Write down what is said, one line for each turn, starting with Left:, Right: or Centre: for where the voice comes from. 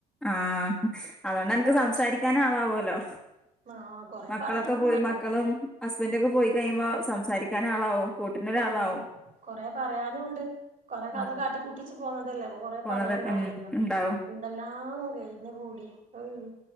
Centre: ആ, അതുകൊണ്ട് അനക്ക്
Right: വെഷ്മം
Centre: സംസാരിക്കൻ ആളാവുമല്ലോ.
Right: ആഹ് കൊറെ
Centre: മക്കളൊക്കെ
Right: പറയാനും
Centre: പോയി
Right: ഉണ്ടല്ലോ
Centre: മക്കളും ഹസ്ബൻഡൊക്കെ പോയി കഴിയുമ്പോ സംസാരിക്ക സംസാരിക്കാൻ ആളാവും കൂട്ടിനൊരാളാവും
Right: കൊറെ കൊറെ പറയാനും ഉണ്ട്, കൊറെ കഥ
Centre: ഉം
Right: കാട്ടിക്കൂട്ടിച്ച് പോന്നതല്ലേ അപ്പ കൊറേ
Centre: പോന്നത്
Right: പറയാനണ്ടാവുമല്ലോ
Centre: ഉം ഉണ്ടാവും
Right: എന്തെല്ലാം കഴിഞ്ഞ്കൂടി ഉം,